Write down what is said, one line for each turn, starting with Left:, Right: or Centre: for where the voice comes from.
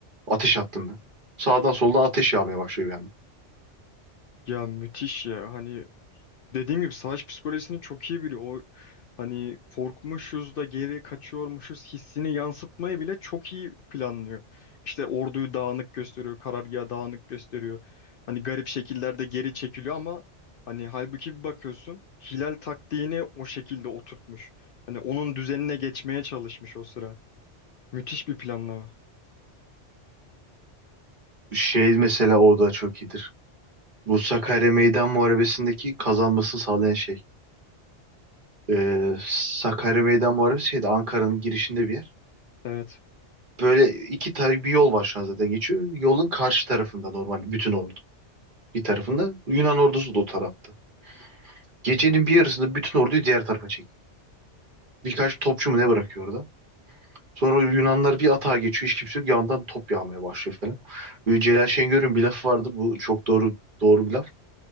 Right: Ateş hattında. Sağdan soldan ateş yağmaya başlıyor yani.
Left: Ya müthiş ya. Hani dediğim gibi savaş psikolojisini çok iyi biliyor. O hani korkmuşuz da geri kaçıyormuşuz hissini yansıtmayı bile çok iyi planlıyor. İşte orduyu dağınık gösteriyor, karargahı dağınık gösteriyor. Hani garip şekillerde geri çekiliyor ama hani halbuki bir bakıyorsun Hilal taktiğini o şekilde oturtmuş. Hani onun düzenine geçmeye çalışmış o sıra. Müthiş bir planlama.
Right: Şey mesela orada çok iyidir. Bu Sakarya Meydan Muharebesi'ndeki kazanmasını sağlayan şey. Ee, Sakarya Meydan Muharebesi şeydi Ankara'nın girişinde bir yer.
Left: Evet.
Right: Böyle iki tane bir yol var şu an zaten geçiyor. Yolun karşı tarafında normal bütün ordu. Bir tarafında Yunan ordusu da o tarafta. Gecenin bir yarısında bütün orduyu diğer tarafa çekiyor. Birkaç topçu mu ne bırakıyor orada. Sonra Yunanlar bir atağa geçiyor hiç kimse yok. Yandan top yağmaya başlıyor falan. Böyle Celal Şengör'ün bir lafı vardı. Bu çok doğru doğru bir laf.